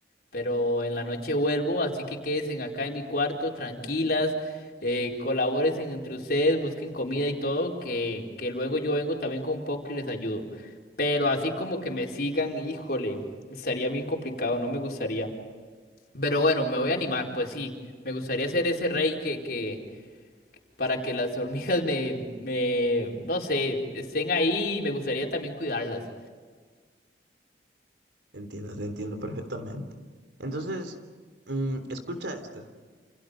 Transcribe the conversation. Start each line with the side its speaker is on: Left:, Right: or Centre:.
Left: pero en la noche vuelvo, así que quédense acá en mi cuarto, tranquilas, eh, colaboren entre ustedes, busquen comida y todo, que, que luego yo vengo también con un poco y les ayudo. Pero así como que me sigan, híjole, estaría bien complicado, no me gustaría. Pero bueno, me voy a animar, pues sí, me gustaría ser ese rey que, que para que las hormigas me, me, no sé, estén ahí y me gustaría también cuidarlas.
Right: Entiendo, te entiendo perfectamente. Entonces, mm, escucha esta.